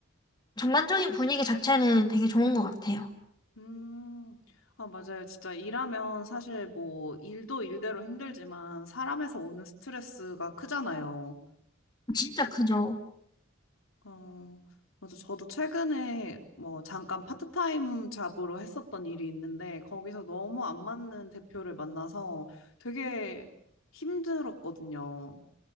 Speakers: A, on the left; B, on the left.
A: 전반적인 분위기 자체는 되게 좋은 것 같아요.
B: 음, 아, 맞아요. 진짜 일하면 사실 뭐 일도 일대로 힘들지만 사람에서 오는 스트레스가 크잖아요.
A: 진짜 크죠.
B: 어, 맞아. 저도 최근에 뭐 잠깐 파트타임 잡으로 했었던 일이 있는데 거기서 너무 안 맞는 대표를 만나서 되게 힘들었거든요.